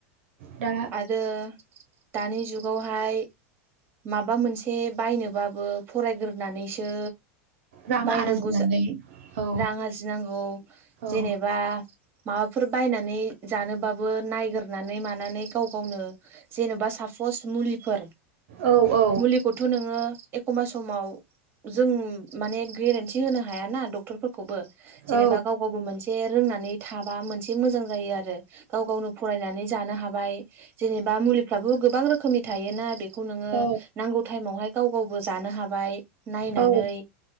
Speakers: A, on the right; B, on the right.
A: दा
B: आरो दानि जुगावहाय माबा मोनसे बायनोबाबो फरायग्रोनानैसो
A: रां
B: बायनांगौ
A: आरजिनानै
B: रां
A: औ
B: आरजिनांगौ।
A: औ
B: जेनेबा माबाफोर बायनानै जानोबाबो नायगोरनानै मानानै गाव गावनो जेन'बा साफस मुलिफोर
A: औ औ
B: मुलिखौथ' नोङो एखमबा समाव जों माने गेरेन्थि होनो हाय ना डक्टर फोरफोरखौबो। जेनेबा
A: औ
B: गाव गावबो मोन से रोंनानै थाबा मोनसे मोजां जायो आरो। गाव गावनो फरायनानै जानो हाबाय जेनेबा मुलिफ्राबो गोबां रोखोमनि थायोना बे खौ नोङो
A: औ
B: नांगौ टाइमावहाय गाव गावबो जानो हाबाय नायनानै।
A: औ